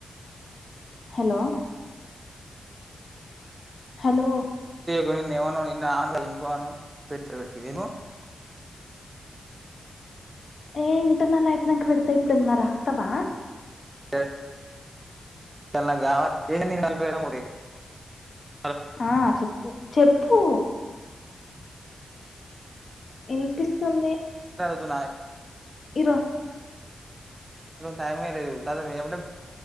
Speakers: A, on the left (about 60°); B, on the right (about 25°).
A: హలో హలో
B: కొనింది ఏమన పోయిందో <unintelligible> <unintelligible>
A: ఏ ఇంటర్నల్ అయిపోయినంక పెడు తే ఇప్పుడేమో రాస్తవా
B: ఏ తెల్లగా ఏంది <unintelligible>
A: ఆ చెప్పు చెప్పు ఇనిపిస్తుంది
B: <unintelligible> <unintelligible> ఇరోజు
A: ఈరో
B: టైమే లేదు కాదు ఏమంటే